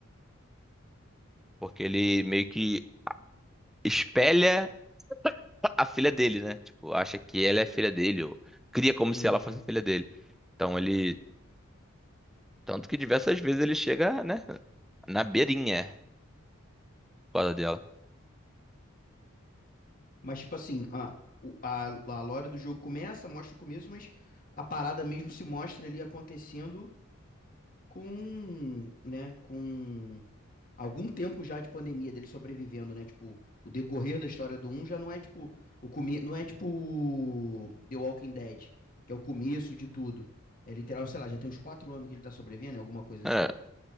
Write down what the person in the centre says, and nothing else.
porque ele meio que espelha a filha dele, né? Tipo, acha que ela é a filha dele, ou cria como
se ela fosse a filha dele. Então ele. Tanto que diversas vezes ele chega, né? Na beirinha, é, por causa dela.
É,